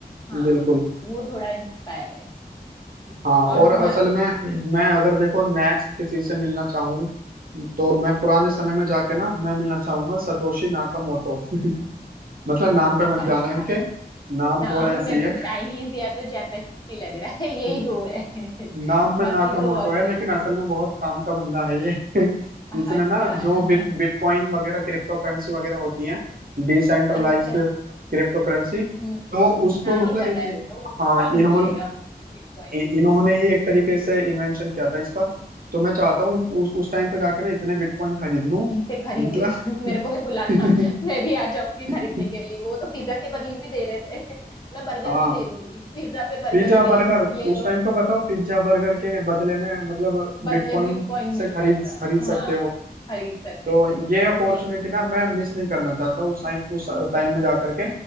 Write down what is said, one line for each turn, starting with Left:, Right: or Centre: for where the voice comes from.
Left: हाँ
Right: बिल्कुल
Left: वो थोड़ा इंस्पायर है
Right: हाँ
Left: और
Right: और असल
Left: तुम्हारा
Right: में मैं अगर देखो नेक्स्ट किसी से मिलना चाहूँ तो मैं पुराने समय में जाके ना मैं मिलना चाहूंगा सतोशी नाकामोटो <laughs> मतलब नाम पे मत जाना
Left: अच्छा
Right: इनके नाम
Left: नाम
Right: थोड़ा ऐसे
Left: मेरे
Right: ही
Left: को
Right: है
Left: चाइनीज या तो जापानीज ही लग रहा है यही
Right: <laughs>
Left: दो है
Right: नाम
Left: <laughs>
Right: में
Left: बाकी
Right: नाकामोटो
Left: तो और कोई
Right: है लेकिन असल में बहुत काम का बंदा है ये <laughs>
Left: अच्छा
Right: इसने ना जो बिट बिटकॉइन वगैरह क्रिप्टो करेंसी वगैरह होती है डिसेंट्रलाइज्ड
Left: अच्छा अच्छा
Right: क्रिप्टो करेंसी
Left: हम्म,
Right: तो उसको
Left: हाँ नहीं
Right: मतलब
Left: बताया
Right: इ- इ-
Left: वो तो वो
Right: हाँ
Left: कौन
Right: इन्होंने
Left: बोलेगा बिटकॉइन
Right: इ- इन्होंने ही एक तरीके से इन्वेंशन किया था इसका तो मैं चाहता हूँ उस उस टाइम पे जाकर ना इतने बिटकॉइन खरीद लूं
Left: इनसे खरीद
Right: मतलब
Left: ले <laughs> मेरे को भी बुलाना
Right: <laughs>
Left: मैं भी आ जाऊंगी खरीदने के लिए वो तो पिज्जा के बदले भी दे रहे थे <laughs> मैं बर्गर
Right: हाँ
Left: भी दे दूंगी पिज्जा पे बर्गर
Right: पिज्जा
Left: फ्री
Right: बर्गर
Left: <laughs> ले
Right: उस
Left: लो
Right: टाइम पे बताओ पिज्जा बर्गर के बदले में मतलब
Left: बदले
Right: बिटकॉइन
Left: बिटकॉइन मिल
Right: से खरीद
Left: रहा था
Right: खरीद सकते
Left: हाँ
Right: हो
Left: खरीद सकते
Right: तो
Left: थे
Right: ये अपॉर्चुनिटी
Left: नहीं
Right: ना मैं मिस नहीं करना चाहता उस टाइम उस
Left: हम्म,
Right: टाइम में जाकर के